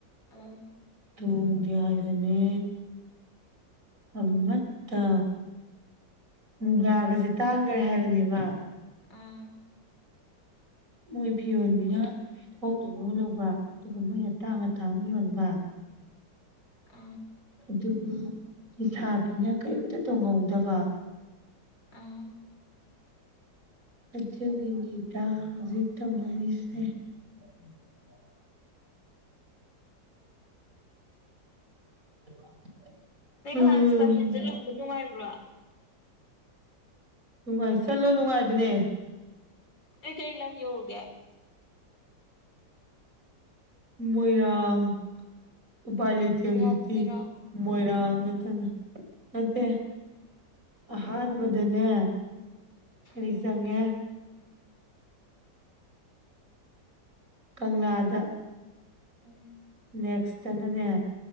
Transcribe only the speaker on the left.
ꯎꯝ
ꯑꯥ
ꯑ
ꯑꯥ
ꯅꯪ
ꯍꯟꯁꯀꯁꯟꯁꯦ ꯂꯧꯕ ꯅꯨꯡꯉꯥꯏꯕ꯭ꯔꯥ
ꯑꯩꯣꯏ ꯀꯔꯤ ꯂꯝ ꯌꯧꯔꯒ
ꯃꯣꯏꯔꯥꯡ
ꯈꯛꯇꯔꯥ
ꯎꯝ
ꯎꯝ